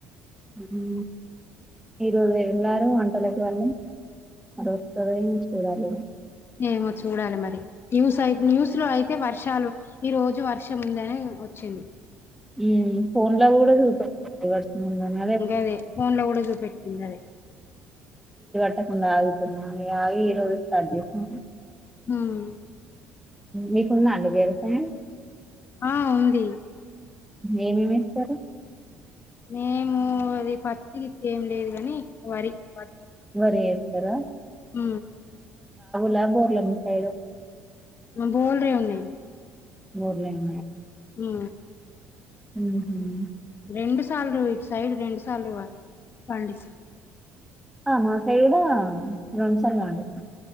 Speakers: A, in the centre; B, on the left.
A: ఉ ఈరోజు వెళ్లారు వంటలకి వళ్ళం అరుస్తుందిని చూడాలి
B: ఏమో చూడాలి మరి న్యూస్ అఐ న్యూస్ లో అయి అయితే వర్షాలు ఈ రోజు వర్షం ఉందని వచ్చింది
A: ఇగ ఫోన్ లో కూడా చూపెడుతుంది వర్షం ఉందని
B: అదే ఫోన్ లో కూడా చూపెట్టింది అదే
A: తక ఆగుతు మ ఆగి ఇరోజ స్టార్ట్ చేసుా
B: ఉమ్
A: మీకున్నా అండి వ్యవసాయం
B: ఆ ఉంది
A: ఏమిమిస్తారు
B: నేము అది పత్తికి ఏమి లేదు కాని వరి వడి
A: వరి చేస్తారా
B: అ
A: లా బోర్లామ్ సైడ్
B: మ బోల్ రీడి
A: బఊర్లేం
B: అ
A: మ్ హూమ్
B: రెండు సార్లు ఇటు సైడ్ రెండు సార్లు పండిచం
A: ఆ మా సైడూ రెండు సార్లు పండిస్తం